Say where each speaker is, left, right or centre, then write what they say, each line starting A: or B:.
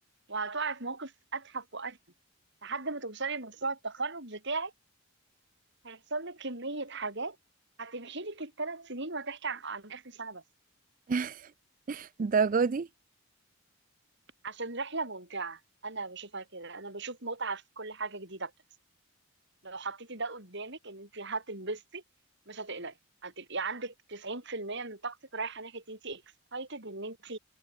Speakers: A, on the right (about 55°); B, on the right (about 40°).
A: وهتقعي في موقف اتحف واتحف لحد ما توصلي لمشروع التخرج بتاعك هيحصل لك كمية حاجات هتمحي لك الثلاث سنين وهتحكي عن عن آخر سنة بس
B: <laughs> الدرجة دي
A: عشان رحلة ممتعة أنا بشوفها كده أنا بشوف متعة في كل حاجة جديدة بتحصل لو حطيتي ده قدامك إن أنت هتنبسطي مش هتقلقي هتبقي عندك 90% من طاقتك رايحة ناحية أنت اكسايتد إن أنت